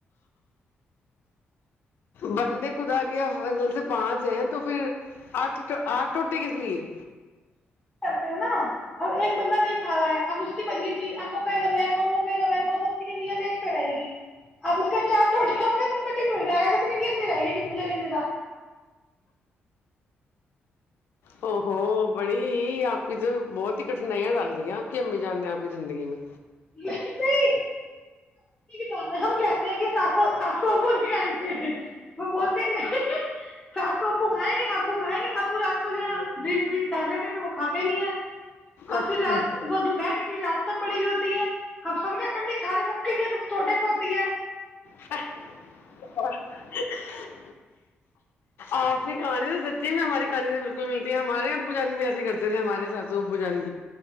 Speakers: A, on the left (about 65°); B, in the centre.
A: بندے خدا کے فصل سے پانچ ہیں تو پھر آٹھ آٹھ ٹوٹے کس لیے
B: کرتے ہیں نا اب ایک بندہ نہیں کا رہا ہے اب اس کی بد گ چیز اب وہ کہے گا میں کھاں وہ کہے گا میں کہوں سب چیزیں رہے گی اب اس کے چار چوٹ سوں گے تو سب ت مل جائے گانی رہ گ ہے مجھا لا
A: او ہوو بڑی یہ آپ کی تو بہت ہی کٹھنائیاں ڈال رہی ہیں آپ کی امی جان نے آپ کی زندگی میں
B: <unintelligible> کانا ہم کہتے ہیں کہ سات سو سات سو بول گئے وہ بولتے ہیں ن <unintelligible> س آات سو ابو کھائیں گے ابو کھائیں گے ابو آپ کو جو ڈرنک ونک کر رہتےے تو وہ کھاتے نہیں ہے اور
A: اچھا
B: پھر رات وہ دوپہر کے چیز رات پڑی ہوئی ہوتی ہے ہمب سب نے اپ نہیں کا لے سب <unintelligible> چھوٹے پوتی ہے
A: خالی اوج عا رہی ہے آپ کی کہانی سے سچی میں ہماری کہانی سے بالکل ملتی ہے ہمارے ابو جان بھی ایسے کرتے تھے ہمارے ساتھ ب جان